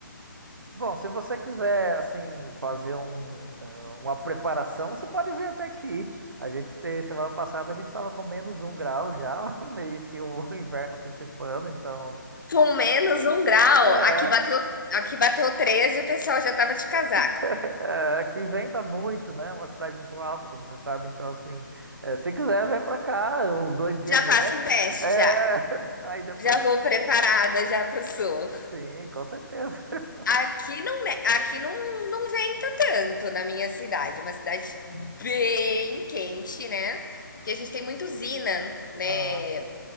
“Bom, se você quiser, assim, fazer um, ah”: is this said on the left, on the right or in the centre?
Right